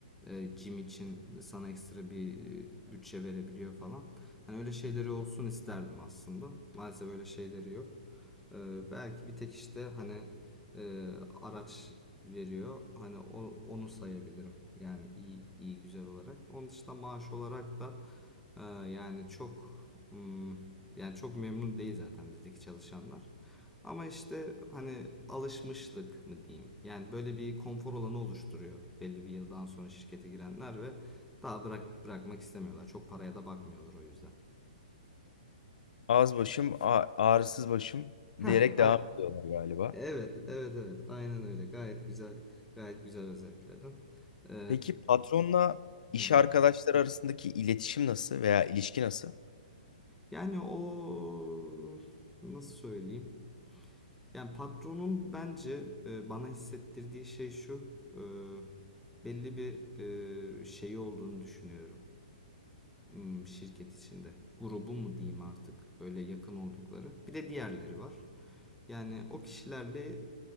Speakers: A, in the centre; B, on the left.
A: e, gym için sana ekstra bir e, bütçe verebiliyor falan. Hani öyle şeyleri olsun isterdim aslında. Maalesef öyle şeyleri yok. E, belki bir tek işte hani e, araç veriyor. Hani o- onu sayabilirim. Yani iyi iyi güzel olarak. Onun dışında maaş olarak da e, yani çok hmm, yani çok memnun değil zaten bizdeki çalışanlar. Ama işte hani alışmışlık mı diyeyim. Yani böyle bir konfor alanı oluşturuyor belli bir yıldan sonra şirkete girenler ve daha bırak bırakmak istemiyorlar. Çok paraya da bakmıyorlar o yüzden.
B: ağız başım, a- ağrısız başım
A: Heh,
B: diyerek
A: ay-
B: devam ediyorlar galiba.
A: evet, evet, evet. Aynen öyle. Gayet güzel, gayet güzel özetledin. Ee,
B: Peki patronla iş
A: hı hı.
B: arkadaşları arasındaki iletişim nasıl veya ilişki nasıl?
A: Yani o nasıl söyleyeyim? Yani patronun bence e, bana hissettirdiği şey şu. e, belli bir e, şeyi olduğunu düşünüyorum. hmm, şirket içinde. Grubu mu diyeyim artık böyle yakın oldukları. Bir de diğerleri var. Yani o kişilerle